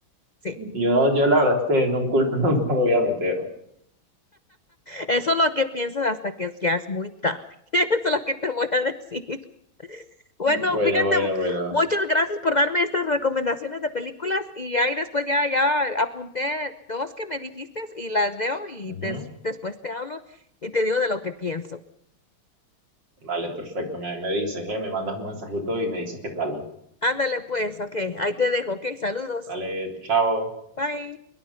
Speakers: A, on the left; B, on the right.
A: Sí,
B: yo, yo la verdad es que en un culto <laughs> nunca me voy a meter.
A: eso es lo que piensas hasta que ya es muy tarde. <laughs> Eso es lo que te voy a decir. Bueno,
B: Bueno,
A: fíjate,
B: bueno, bueno.
A: muchas gracias por darme estas recomendaciones de películas y ahí después ya, ya apunté dos que me dijiste y las veo y
B: Ujú.
A: des- después te hablo y te digo de lo que pienso.
B: Vale, perfecto. Me, me dices, ¿eh? Me mandas un mensajito y me dices qué tal.
A: Ándale pues, ok, ahí te dejo, ok, saludos.
B: Vale, chao.
A: Bye.